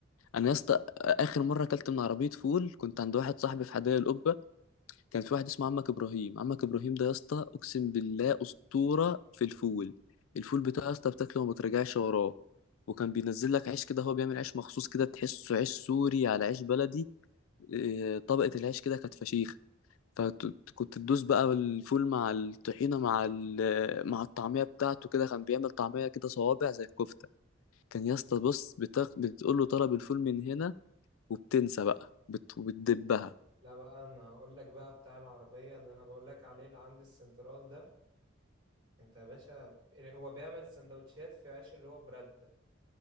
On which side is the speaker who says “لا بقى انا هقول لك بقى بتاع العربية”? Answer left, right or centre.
Right